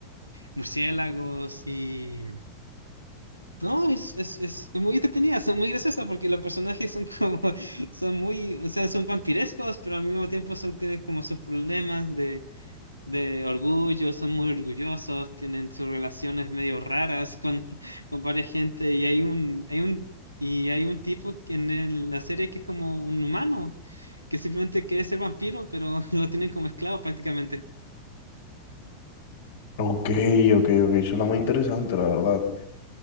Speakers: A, on the right; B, on the left.
A: murciélagos y... No, es, es, es muy entretenida, son muy graciosas porque los personajes son como, <laughs> son muy, o sea, son vampirescos, pero al mismo tiempo son, tienen como sus problemas de, de orgullo, son muy orgullosos, tienen sus relaciones medio raras con, <laughs> con varias gente y hay un, hay un, y hay un tipo que en el- la serie que es como un humano, que simplemente quiere ser vampiro, pero <laughs> lo tienen como esclavo prácticamente.
B: Ok, ok, ok, suena muy interesante, la verdad.